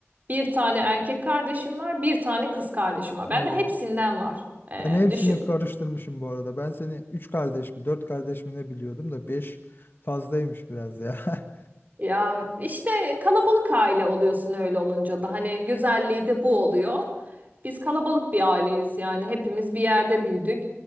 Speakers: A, on the right; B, on the left.
A: bir tane erkek kardeşim var, bir tane kız kardeşim var.
B: Oo.
A: Bende hepsinden var. Ee,
B: Ben hepsini
A: düşün.
B: karıştırmışım bu arada. Ben seni üç kardeş mi, dört kardeş mi ne biliyordum da beş fazlaymış biraz ya. <laughs>
A: Ya işte kalabalık aile oluyorsun öyle olunca da hani güzelliği de bu oluyor. Biz kalabalık bir aileyiz yani hepimiz bir yerde büyüdük.